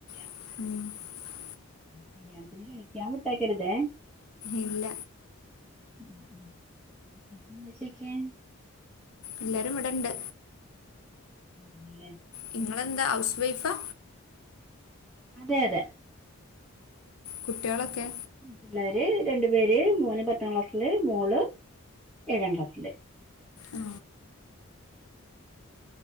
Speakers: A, on the left; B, in the centre.
A: <unintelligible>
B: മ്കല്യാണത്തിന് ക്ഷണിക്കാൻ വിട്ടേ ക്കരുതെ
A: ഇല്ല
B: മ് മ് ഉമ്മച്ചിയൊക്കെ
A: എല്ലാരും വിടെണ്ട്
B: അതേല്ലേ
A: നിങ്ങളെന്താ ഹൗസ് വൈഫാ
B: അതെ അതെ
A: കുട്ടിയോളൊക്കെ
B: പിള്ളേര് രണ്ടു പേര് മോന് പത്താം ക്ലാസില് മോള് ഏഴാം ക്ലാസില്
A: ആ